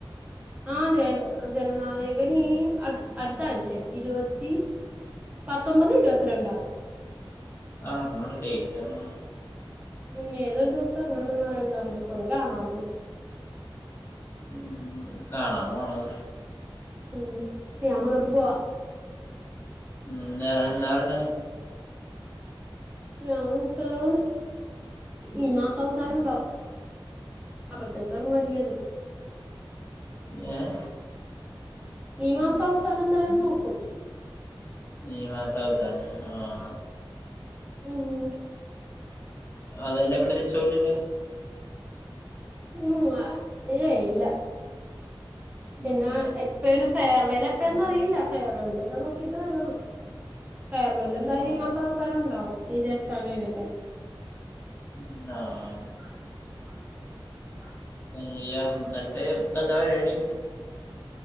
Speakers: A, on the right; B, on the left.
A: ആഹ് ജയ ജനനായകനീ ഈ അട് അടുത്താഴ്ചെ ഇരുപത്തി. പത്തൊമ്പത്, ഇരുപത്തിരണ്ടാ?
B: ആഹ് അന്നാണ് ഡേറ്റ് ന്നാണ്.
A: ഉം ഏതൊരു ദിവസം റങ്ങണന്ന റിണ്ടവിട്ന്ന് കൊന്റാണങ്കി.
B: ഉം കാണാപോണം.
A: ഉം ഞാൻവന്നിട്ട് പോവാ.
B: ഉം ന്താ പറണ്.
A: ഞാം മിക്കവാറും ഈ മാസം അവസാണ്ടാവും അപ്പത്തെ <unintelligible> അത്
B: ഏഹ്.
A: ഈ മാസവസാനന്തായാലും നോക്കും.
B: ഈ മാസവസാനം ആഹ്.
A: ഉം.
B: അതന്നെ പിന്നെരിചോലില്ല.
A: ഉം അഹ് ഏഹ് ഇല്ല.
B: ഉം
A: പിന്നെ എപ്പാണ് ഫെയർവെൽ എപ്പഴന്നറിയില്ല ഫെയർവെലിന്റെക്കെ നോക്കിട്ട്വുള്ളു. ഫർവെൽ എന്തായാലും
B: ആഹ്
A: ഈ മാസ അവസാനം ഇണ്ടാവും ഇത് എക്സാമ ഴിഞ്ഞിട്ടെ.
B: ഉം ആഹ്.
A: <inaudible>
B: അയ്യ ഇന്നിട്ടേ ഇപ്പന്താ പരിപാടി.